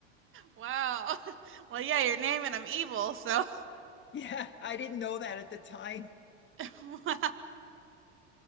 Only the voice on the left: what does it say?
yeah, I didn't know that at the time.